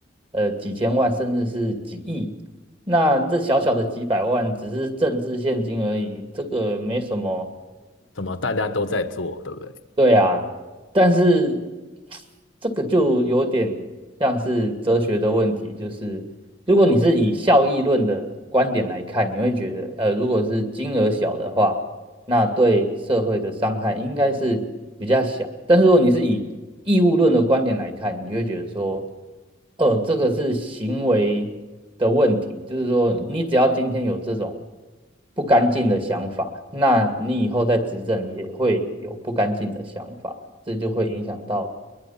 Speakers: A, on the right; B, on the left.
A: 呃几千万甚至是几亿，那这小小的几百万只是政治现金而已，这个没什么
B: 怎么大家都在做，对不对？
A: 对啊，但是这个就有点像是哲学的问题，就是如果你是以效益论的观点来看，你会觉得，呃，如果是金额小的话，那对社会的伤害应该是比较小。但是如果你是以义务论的观点来看，你就会觉得说，呃，这个是行为的问题，就是说，你只要今天有这种不干净的想法，那你以后在执政也会有不干净的想法，这就会影响到，